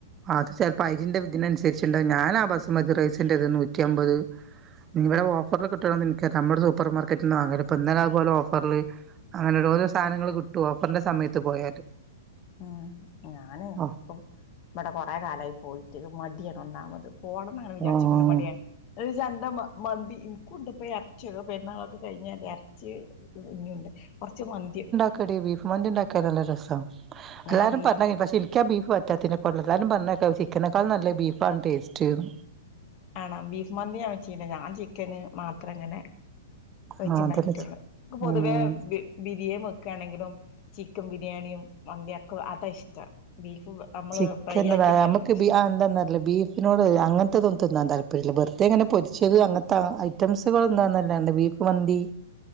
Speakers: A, on the right (about 25°); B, on the left (about 40°).
A: അത് ചെപ്പോ അരിന്റെ ഇതിനനുസരിച്ച്ത്ണ്ട് ഞാനാ ബസുമതി റൈസ്റ്റെ നൂറ്റമ്പത് ഇവടെ ഓഫറ്ല് കിട്ടോ ഇന്ക്കറീല്ല നമ്മടെ സൂപ്പർ മാർക്കറ്റിന്ന് വാങ്ങല് ഇന്നലെ അതുപോലെ ഓഫറില് അങ്ങനെ ഓരോരോ സാധനങ്ങള് കിട്ടോ ഓഫറിന്റെ സമയത്ത് പോയാല്
B: ഹ്മ്മ് ഞാന്
A: ആഹ്
B: ഇപ്പം ഇവടെ കൊറെ കാലയി പോയിട്ട് മടിയാണ് ഒന്നാമത് പോണംന്നാ വിചാരിച്ച്ക്ക്ണെ
A: ആഹ്
B: മടിയാണ്. ഒരു ചന്ത മ മന്തി ഇൻകുണ്ട് ഇപ്പ എറച്ചിയൊക്കെ പെരുന്നാളൊക്കെ കഴിഞ്ഞേന്റെ ച്ച് ഇഞ്ഞുണ്ട് കൊറച്ച് മന്തി
A: ക്കെടീ ബീഫ് മന്തി ഇണ്ടാക്കാനുള്ള നല്ല രസാ എല്ലാരും
B: ഞാൻ ബീ
A: പറഞ്ഞ കേൾക്കും പക്ഷെ ഇ ഇൻക്ക ബീഫ് പറ്റാത്തിനാ എല്ലാരും പറഞ്ഞേക്ക ചിക്കനെക്കാലും നല്ലെ ബീഫാണ് ടേസ്റ്റ്ന്ന്.
B: ആണോ ബീഫ് മന്തി ഞാൻ വെച്ചില്ല ഞാൻ ചിക്കന് മാത്രം ഇങ്ങനെ വെച്ച്ണ്ടാക്കിട്ട്ള്ളെ
A: ആഹ് അതന്നെ ചി
B: ഇപ്പ പൊതുവേ
A: ഉം
B: ബീ ബിരിയാണി വെക്കുകയാണെങ്കിലും ചിക്കൻ ബിരിയാണിയും വനയൊക്കെ അതാ ഇഷ്ട ബീഫ് നമ്മള്
A: ചിക്കൻ
B: ഫ്രൈ ആക്കി
A: എ
B: ഉണ്ടാക്കുന്ന
A: നമുക്ക്
B: ഇഷ്ടം
A: ആ എന്താന്നല്ല ബീഫ് പിന്നോട് അങ്ങനത്തെതൊന്ത്ുംതിന്നാൻ താല്പര്യമില്ല ബർത്തേ ഇങ്ങനെ പൊരിച്ചത് അങ്ങനത്തെ ഐറ്റംസുകൾ ഇന്നാന്നെന്നല്ലാണ്ട് വണ്ടി